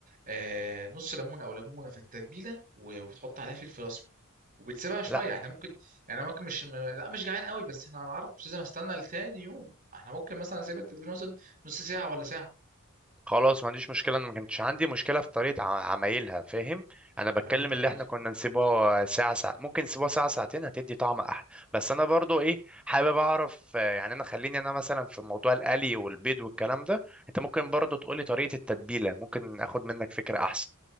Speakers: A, on the right (about 40°); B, in the centre.
A: آه، نص ليمون او ليمونه في التتبيله و- وبتحط عليها فلفل اسمر وبتسيبها شويه
B: لا
A: احنا ممكن يعني انا ممكن مش م- لا مش جعان قوي بس احنا هنعرف مش لازم استنى لتاني يوم احنا ممكن مثلا اسيب التتبيله مثلا نص ساعه ولا ساعه
B: خلاص ما عنديش مشكله انا ما كانتش عندي مشكله في طريقه ع- عمايلها فاهم انا بتكلم
A: فهمتك
B: اللي
A: ايوه
B: احنا كنا نسيبها ساعه ساعه ممكن نسيبها ساعه ساعتين هتدي طعم احلى بس انا برضو ايه حابب اعرف آه، يعني انا خليني انا مثلا في موضوع القلي والبيض والكلام ده انت ممكن برضو تقولي طريقه التتبيله ممكن اخد منك فكره احسن